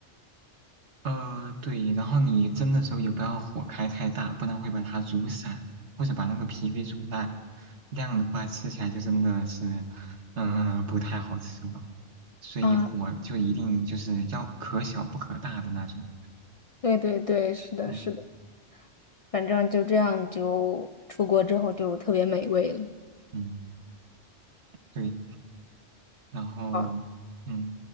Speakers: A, on the right; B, on the left.
A: 呃对，然后你蒸的时候也不要火开太大，不然会把它煮散，或者把那个皮给煮烂。那样的话吃起来就真的是，嗯、不太好吃了。所以火就一定就是要可小不可大的那种。
B: 啊，对对对，是的，
A: 嗯
B: 是的。反正就这样，就出国之后就特别美味了。
A: 嗯，对。然后嗯，
B: 好，